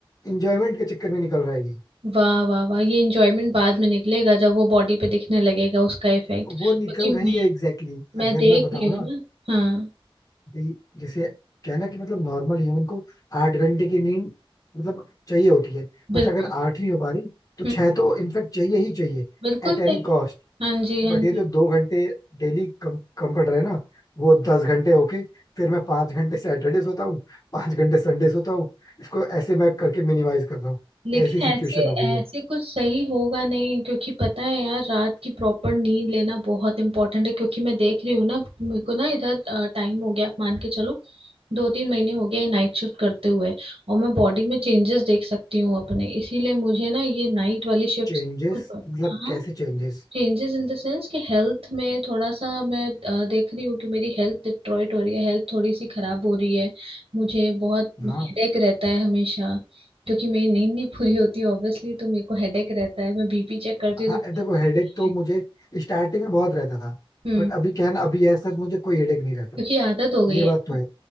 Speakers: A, on the left; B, on the right.
A: इंजॉयमेंट के चक्कर में निकल रहा है ये
B: वाह वाह वाह ये एंजॉयमेंट बाद में निकलेगा जब वो बॉडी पे दिखने लगेगा उसका इफेक्ट क्योंकि
A: वो निकल रही
B: मैं
A: है एग्जैक्टली exactly.
B: मैं
A: अगर
B: देख
A: मैं बताऊँ
B: रही
A: ना
B: हूँ ना हाँ
A: ये जैसे कहना कि मतलब नॉर्मल ह्यूमन को आठ घंटे की नींद मतलब चाहिए होती है
B: बिल्कुल
A: बट अगर आठ नहीं हो पा रही तो छह
B: हम्म,
A: तो इनफेक्ट चाहिए ही चाहिए
B: बिल्कुल
A: एट
B: सही
A: एनी कॉस्ट
B: है। हाँ जी हाँ
A: बट
B: जी
A: ये जो दो घंटे डेली कम कम पड़ रहे हैं ना वो दस घंटे होके फिर मैं पांच घंटे सैटरडे सोता हूँ पांच घंटे संडे सोता हूँ इसको ऐसे मैं करके मिनिमाइज कर रहा हूँ
B: लेकिन
A: ऐसी सिचुएशन
B: ऐसे
A: हो गई
B: ऐसे
A: है
B: कुछ सही होगा नहीं क्योंकि पता है यार रात की प्रॉपर नींद लेना बहुत इंपॉर्टेंट है क्योंकि मैं देख रही हूँ ना मेरे को ना इधर टाइम हो गया आप मान के चलो दो तीन महीने हो गए नाइट शिफ्ट करते हुए और मैं बॉडी में चेंजेस देख सकती हूँ अपने इसीलिए मुझे ना ये नाइट वाली शिफ्ट
A: चेंजेस मतलब
B: हाँ
A: कैसे चेंजेस
B: चेंजेस इन द सेंस कि हेल्थ में थोड़ा सा मैं अ, देख रही हूँ कि मेरी हेल्थ डिस्ट्रॉयट हो रही है हेल्थ थोड़ी सी खराब हो रही है मुझे बहुत
A: हाँ
B: हेडेक रहता है हमेशा क्योंकि मेरी नींद नहीं पूरी होती ऑब्वियसली तो मेरे को हेडेक रहता है मैं बीपी चेक करती हूँ
A: हाँ
B: तो
A: देखो हेडेक तो
B: high।
A: मुझे स्टार्टिंग में बहुत रहता था
B: हम्म
A: बट अभी क्या है ना अभी ऐसा मुझे कोई हेडेक नहीं रहता
B: क्योंकि आदत हो गई
A: ये बात
B: है
A: तो है